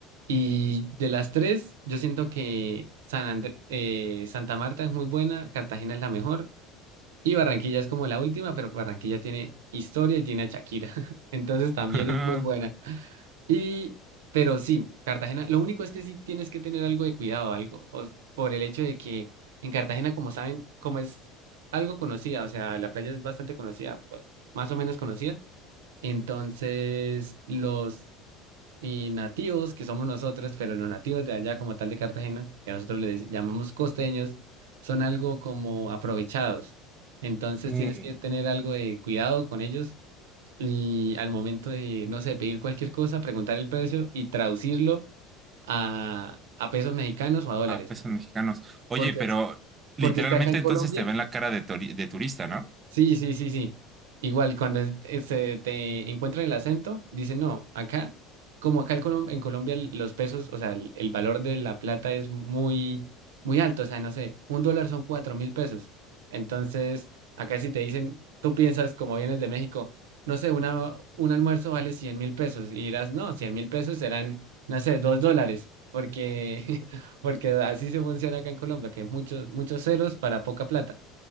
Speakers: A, on the right; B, on the right.
A: Y de las tres, yo siento que San Andr- eh, Santa Marta es muy buena, Cartagena es la mejor y Barranquilla es como la última, pero Barranquilla tiene historia y tiene a Shakira. <laughs> Entonces también
B: <laughs>
A: es muy buena. Y, pero sí, Cartagena, lo único es que sí tienes que tener algo de cuidado, algo, o- s- por el hecho de que en Cartagena, como saben, como es algo conocida, o sea, la playa es bastante conocida, pues, más o menos conocida. Entonces, los y nativos, que somos nosotros, pero los nativos de allá como tal de Cartagena, que nosotros les llamamos costeños, son algo como aprovechados. Entonces
B: Uy.
A: tienes que tener algo de cuidado con ellos y al momento de, no sé, pedir cualquier cosa, preguntar el precio y traducirlo a, a pesos mexicanos o a dólares.
B: Ah, pesos mexicanos. Oye,
A: Porque,
B: pero literalmente
A: porque es que acá en
B: entonces
A: Colombia...
B: te ven la cara de, tori- de turista, ¿no?
A: Sí, sí, sí, sí. Igual, cuando es- es, eh, te encuentran el acento, dicen, no, acá, como acá el Colom- en Colombia el- los pesos, o sea, el, el valor de la plata es muy, muy alto, o sea, no sé, un dólar son cuatro mil pesos. Entonces, acá si te dicen, tú piensas, como vienes de México, no sé, una, un almuerzo vale cien mil pesos, y dirás, no, cien mil pesos serán, no sé, dos dólares, porque, <laughs> porque así se funciona acá en Colombia, que muchos, muchos ceros para poca plata